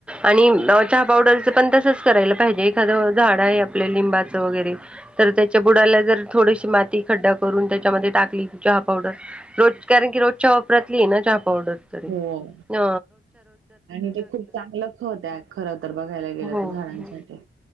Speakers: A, in the centre; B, on the right.
A: आणि चहा पावडरच पण तसच करायला पाहिजे एखादं झाड आहे आपल्या लिंबाचं वगैरे. तर त्याच्या बुडाला जर थोडीशी माती खड्डा करून त्याच्यामध्ये टाकली त चहा पावडर. रोज कारण क रोज चहा वापरातली आहे ना चहा पावडर,
B: हो.
A: अ.
B: आणि ते खूप चांगलं खत आहे खरं तर बघायला गेलं
A: हो.
B: तर झाडांसाठी.